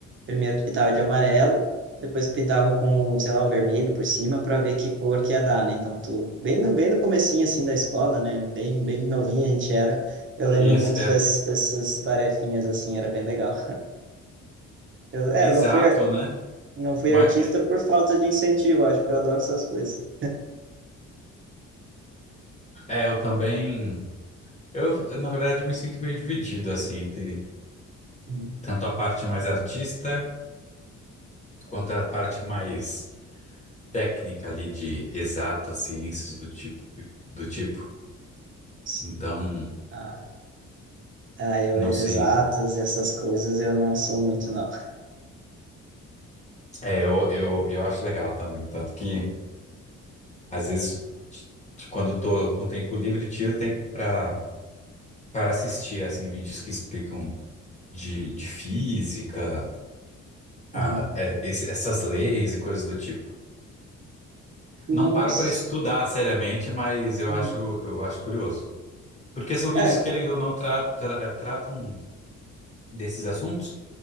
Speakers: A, on the right; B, on the left.
A: Primeiro tu pintava de amarelo, depois tu pintava com, sei lá, o vermelho por cima para ver que cor que ia dar, né? Então tu, bem no, bem no comecinho, assim, da escola, né? Bem, bem novinho a gente era. Eu lembro
B: E Isso
A: muito
B: era
A: dessas, dessas tarefinhas, assim, era bem legal. Eu, é,
B: exato,
A: eu não fui, ar-
B: né?
A: não fui
B: Mas
A: artista por falta de incentivo, acho que eu adoro essas coisas.
B: é, eu também, eu na verdade eu me sinto meio dividido assim entre
A: Hum,
B: tanto a parte mais artista quanto a parte mais técnica ali de exatas ciências do tipo do tipo.
A: Sim.
B: Então,
A: Ah, ah, eu,
B: não
A: exatas,
B: sei.
A: essas coisas eu não sou muito, não.
B: É, eu, eu, eu acho legal também, tanto que Às vezes, t- quando eu tô com tempo livre, tiro tempo para para assistir assim vídeos que explicam de, de física,
A: Uhum.
B: a- é, esse- essas leis e coisas do tipo.
A: Nossa.
B: Não paro para estudar seriamente, mas eu
A: Uhum.
B: acho eu acho curioso. Porque são vídeos
A: É.
B: que, querendo ou não, tra- tra- tratam desses assuntos